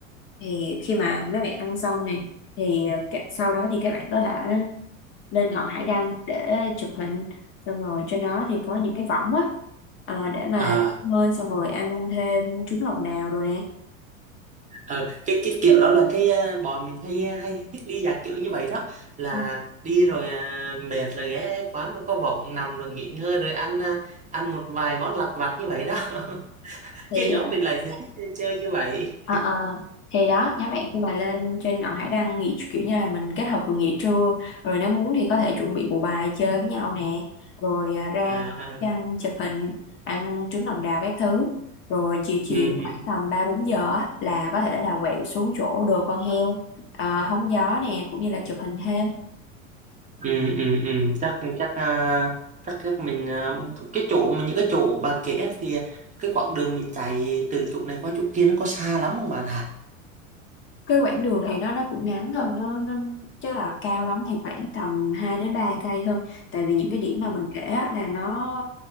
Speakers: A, on the left; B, on the right.
A: thì khi mà mấy bạn ăn xong này thì cả- sau đó thì các bạn có thể lên ngọn hải đăng để chụp hình xong rồi trên đó thì có những cái võng á ờ, để mà
B: À,
A: bơi xong rồi ăn thêm trứng lòng đào rồi nè
B: ờ, cái cái kiểu đó là cái ờ, bọn mình hay ờ, hay thích đi dạng kiểu như vậy đó là
A: Ừ.
B: đi rồi à, mệt là ghé quán rồi có võng nằm rồi nghỉ ngơi rồi ăn à, ăn một vài món lặt vặt như vậy đó. <laughs>
A: thì
B: Cái nhóm mình lại thì thích chơi như vậy.
A: Ờ ờ thì đó nhóm bạn khi mà lên trên ngọn hải đăng nghỉ kiểu như là mình kết hợp vừa nghỉ trưa rồi nếu muốn thì có thể chuẩn bị bộ bài chơi với nhau nè rồi à, ra
B: À, à.
A: đăng chụp hình ăn trứng lòng đào các thứ rồi chiều chiều
B: ừ
A: khoảng
B: ừ
A: tầm ba bốn giờ á, là có thể là quẹo xuống chỗ đồi con heo à, hóng gió nè cũng như là chụp hình thêm
B: ừ ừ ừ. chắc chắc à, chắc chắc mình à, cái chỗ mình những cái chỗ bạn kể á thì cái quãng đường mình chạy từ chỗ này qua chỗ kia nó có xa lắm không bạn hả
A: cái quãng đường thì nó nó cũng ngắn thôi nó nó chắc là cao lắm thì khoảng tầm 2 đến 3 cây thôi tại vì những cái điểm mà mình kể á, là nó